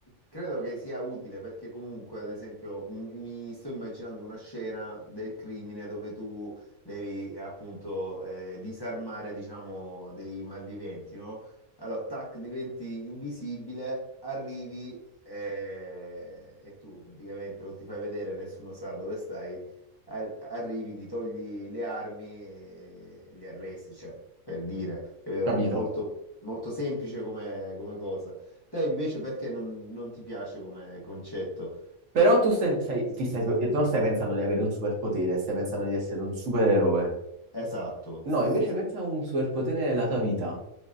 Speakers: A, on the left; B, on the right.
A: Credo che sia utile perché comunque, ad esempio, m- mi sto immaginando una scena del crimine dove tu devi eh, appunto eh, disarmare, diciamo, dei malviventi, no? Allora, tac, diventi invisibile, arrivi eh, e tu praticamente non ti fai vedere, nessuno sa dove stai, ar- arrivi, gli togli le armi e li arresti, cioè, per dire, capito?
B: Capito?
A: È molto, molto semplice come come cosa. Te invece perché non, non ti piace come concetto?
B: Però tu stai, stai- ti stai- non stai pensando di avere un superpotere, stai pensando di essere un supereroe.
A: Esatto.
B: No, invece pensa a un superpotere nella tua vita.